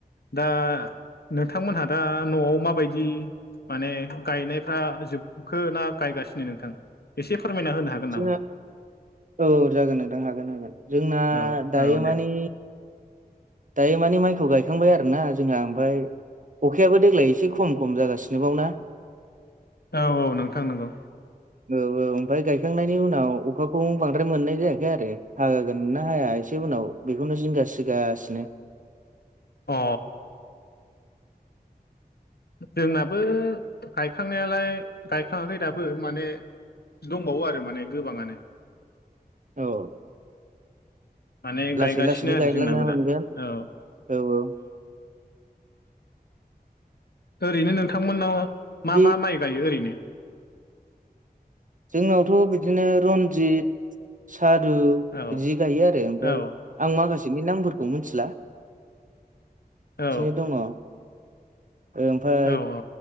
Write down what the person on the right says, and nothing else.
जोंना
औ जागोन नोंथां हागोन हागोन जोंना
दायो
मानि दायो मानि माइखौ गायखांबाय आरो ना जोंहा ओमफफ्राय अखायाबो देग्लाय एसे खम खम जागासिनोबाव ना
औ औ ओमफफ्राय गायखांनायनि उनाव अखाखौ बांद्राय मोननाय जायाखै आरो हागागोन ना हाया एसे उनाव बेखौनो जिंगासिगासिनो।
औ
लासै
लासैनो
गायलांना
मोनगोन
औ औ
बे
जोंनावथ' बिदिनो रनजित सारु
बिदि गायो आरो ओमफ्राय
आं माखासे नि नामफोरखौ मिथिला बिदिनो
दङ ओमफ्राय